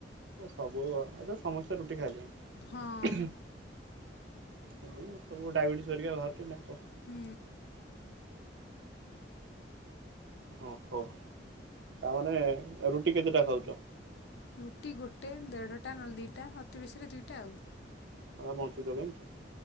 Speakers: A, on the right (about 80°); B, on the left (about 65°).
A: ସବୁ ଏବେ ସମସ୍ତେ ରୁଟି ଖାଇଲେନି।
B: ହଁ
A: ସେ ସବୁ ଡାଇବେଟିସ ହେରିକା ବାହାରୁଛି ନା କ
B: ହୁଁ।
A: ଓହୋ ତାମାନେ ରୁଟି କେତେଟା ଖାଉଛ?
B: ରୁଟି ଗୋଟେ ଦେଢ଼ଟା ନହେଲେ ଦୁଇଟା ଅତି ବେଶୀରେ ଦୁଇଟା ଆଉ।
A: ବଞ୍ଚୁଚ କେମିତି?